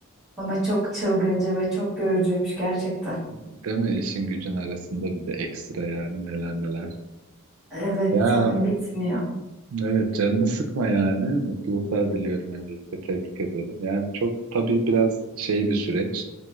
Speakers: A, in the centre; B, on the right.
A: ama çok çılgınca ve çok yorucuymuş gerçekten.
B: değil mi işin gücün arasında bir de ekstra yani neler neler.
A: Evet
B: Ya,
A: yani bitmiyor.
B: evet canını sıkma yani. Mutluluklar diliyorum öncelikle tebrik ederim. Yani çok tabii biraz şey bir süreç.